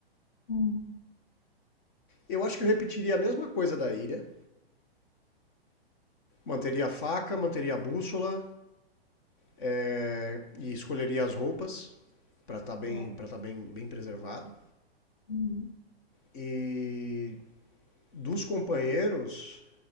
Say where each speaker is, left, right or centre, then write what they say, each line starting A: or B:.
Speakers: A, on the left; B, on the left.
A: uhum,
B: Eu acho que eu repetiria a mesma coisa da ilha. Manteria a faca, manteria a bússola é, e escolheria as roupas para estar tá bem,
A: é,
B: pra tá bem, bem preservado.
A: uhum,
B: E dos companheiros,